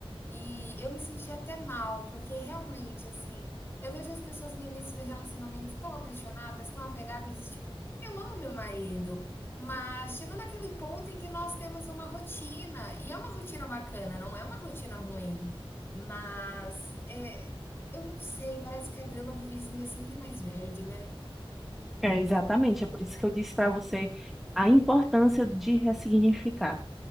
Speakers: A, on the left; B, in the centre.
A: E eu me senti até mal, porque realmente, assim, eu vejo as pessoas no início do relacionamento tão apaixonadas, tão apegadas, e tipo, eu amo meu marido, mas chegou naquele ponto em que nós temos uma rotina, e é uma rotina bacana, não é uma rotina ruim, mas é, eu não sei, parece que a grama do vizinho é sempre mais verde, né?
B: É, exatamente, é por isso que eu disse para você a importância de ressignificar.